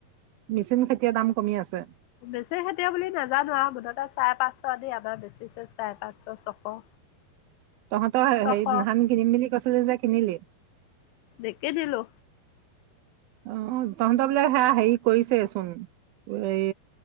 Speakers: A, on the right; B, on the left.
A: মেচিন খেতিয়ৰ দাম কমি আছে
B: বেছি খেতিও বুলি নাজানো আৰু মুঠতে চাৰে পাঁচশ দ আমাৰ বেচিছে চাৰে পাঁচশ ছশ
A: তহঁতৰ
B: ছশ
A: হে ধান কিনিম পিনি কৈছিলি যে কিনিলি
B: নিকিনিলো
A: অ তহঁত বোলে সেয়া হেৰি কৰিছে চোন এই